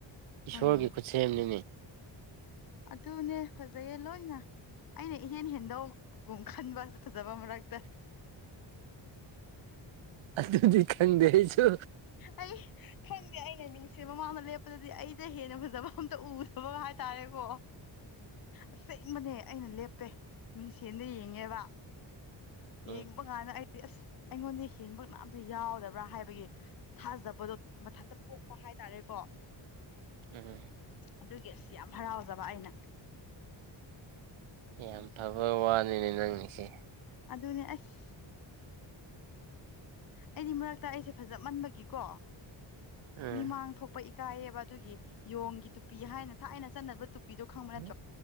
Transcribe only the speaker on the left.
ꯍꯣꯏꯅꯦ
ꯑꯗꯨꯅꯦ ꯐꯖꯩꯌꯦ ꯂꯣꯏꯅ ꯑꯩꯅ ꯏꯍꯦꯟ ꯍꯦꯟꯗꯧꯒꯨꯝ ꯈꯟꯕꯁꯨ ꯐꯖꯕ ꯃꯔꯛꯇ
ꯑꯩ ꯈꯪꯗꯦ ꯑꯩꯅ ꯅꯤꯡꯁ ꯃꯃꯥꯡꯗ ꯂꯦꯞꯄꯗꯗꯤ ꯑꯩꯗ ꯍꯦꯟꯅ ꯐꯖꯕ ꯑꯝꯇ ꯎ ꯕꯛ ꯍꯥꯏꯇꯥꯔꯦꯀꯣ ꯑꯁꯦꯡꯕꯅꯦ ꯑꯩꯅ ꯂꯦꯞꯄꯦ ꯃꯤꯁꯦꯟꯅ ꯌꯦꯡꯉꯦꯕ
ꯌꯦꯡꯕ ꯀꯥꯟꯗ ꯑꯩꯗꯤ ꯑꯁ ꯑꯩꯉꯣꯟꯗ ꯍꯦꯟꯕ ꯉꯅꯥꯝꯇ ꯌꯥꯎꯗꯕ꯭ꯔꯥ ꯍꯥꯏꯕꯒꯤ ꯊꯥꯖꯕꯗꯣ ꯃꯊꯟꯇ ꯄꯣꯛꯄ ꯍꯥꯏꯇꯥꯔꯦꯀꯣ
ꯑꯗꯨꯒꯤ ꯑꯁ ꯌꯥꯝ ꯍꯔꯥꯎꯖꯕ ꯑꯩꯅ
ꯑꯗꯨꯅꯦ ꯑꯁ ꯑꯩꯗꯤ ꯃꯔꯛꯇ ꯑꯩꯁꯦ ꯐꯖ ꯃꯟꯕꯒꯤꯀꯣ
ꯃꯤꯃꯥꯡ ꯊꯣꯛꯄ ꯏꯀꯥꯏꯌꯦꯕ ꯑꯗꯨꯒꯤ ꯌꯣꯡꯒꯤ ꯇꯨꯄꯤ ꯍꯥꯏꯅ ꯊꯥꯏꯅ ꯆꯠꯅꯕ ꯇꯨꯄꯤꯗꯣ ꯈꯪꯕ